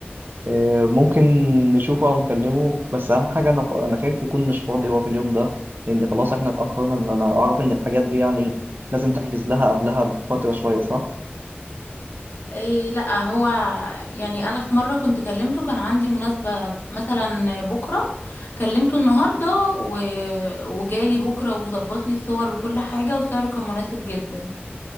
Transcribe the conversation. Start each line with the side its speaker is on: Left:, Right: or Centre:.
Right: آه، ممكن نشوفه او نكلمه بس اهم حاجه انا انا خايف يكون مش فاضي هو في اليوم ده لان خلاص احنا اتاخرنا ان انا اعرف ان الحاجات دي يعني لازم تحجز لها قبلها بفتره شويه صح
Left: إيه لا هو يعني انا في مرة كنت كلمته كان عندي مناسبة مثلا بكرة كلمته النهاردة و... وجالي بكرة وظبط لي الصور وكل حاجة وسعره كان مناسب جدا